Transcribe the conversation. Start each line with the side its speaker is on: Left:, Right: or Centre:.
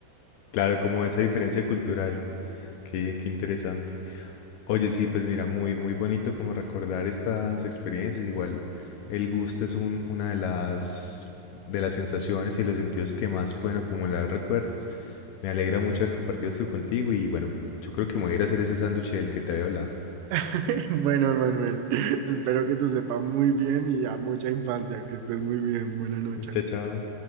Left: Claro, como esa diferencia cultural, qué, qué interesante. Oye, sí, pues mira, muy, muy bonito como recordar estas experiencias. Igual el gusto es un- una de las, de las sensaciones y de los sentidos que más pueden acumular recuerdos. Me alegra mucho haber compartido esto contigo y bueno, yo creo que me voy a ir a hacer ese sándwich del que te había hablado.
Right: <laughs> Bueno, Manuel, espero que te sepa muy bien y a mucha infancia, que estés muy bien. Buena noche.
Left: <laughs> Chao, chao.